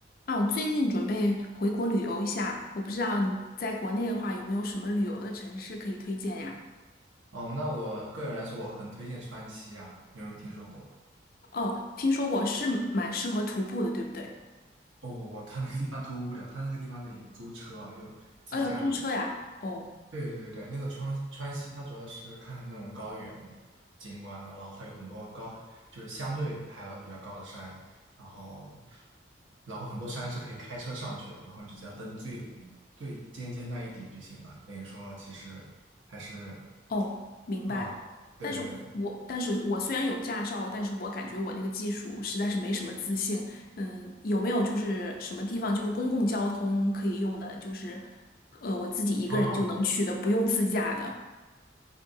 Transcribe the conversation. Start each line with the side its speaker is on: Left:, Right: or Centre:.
Left: 啊，我最近准备回国旅游一下，我不知道你在国内的话有没有什么旅游的城市可以推荐呀？
Right: 哦，那我个人来说，我很推荐川西啊，你有没有听说过？
Left: 哦，听说过是蛮适合徒步的，对不对？
Right: 不不不，他那个地方徒步不了，他那个地方得租车啊，就自驾游。
Left: 哦，要租车呀？哦
Right: 对对对，那个川川西，它主要是看那种高原景观嘛，然后它有很多高，就是相对海拔比较高的山，然后然后很多山是可以开车上去的，然后你就只要登最最尖尖那一顶就行了。等于说，其实还是
Left: 哦，明白。
Right: 啊、对对对，
Left: 但是我但是我虽然有驾照，但是我感觉我那个技术实在是没什么自信。嗯，有没有就是什么地方就是公共交通可以用的，就是呃我自己一个人就能去的，
Right: 啊、
Left: 不用自驾的？